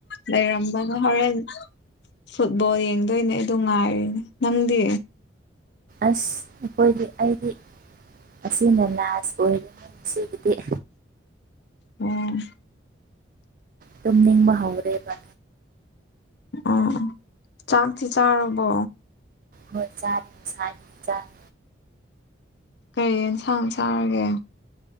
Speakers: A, on the left; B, on the right.
A: ꯂꯩꯔꯝꯕꯅꯦ ꯍꯣꯔꯦꯟ ꯐꯨꯠꯕꯣꯜ ꯌꯦꯡꯗꯣꯏꯅꯦ ꯑꯗꯨ ꯉꯥꯏꯔꯤꯅꯦ ꯅꯪꯗꯤ
B: ꯑꯁ ꯑꯩꯈꯣꯏꯗꯤ ꯑꯩꯗꯤ ꯑꯁꯤꯅ ꯂꯥꯁ ꯑꯣꯏ ꯉꯁꯤꯒꯤꯗꯤ
A: ꯎꯝ
B: ꯇꯨꯝ ꯅꯤꯡꯕ ꯍꯧꯔꯦꯕ
A: ꯎ ꯆꯥꯛꯇꯤ ꯆꯥꯔꯕꯣ
B: ꯍꯣꯏ ꯆꯥꯔꯦ ꯉꯁꯥꯏ ꯆꯥꯔꯦ
A: ꯀꯩ ꯑꯦꯟꯁꯥꯡ ꯆꯥꯔꯒꯦ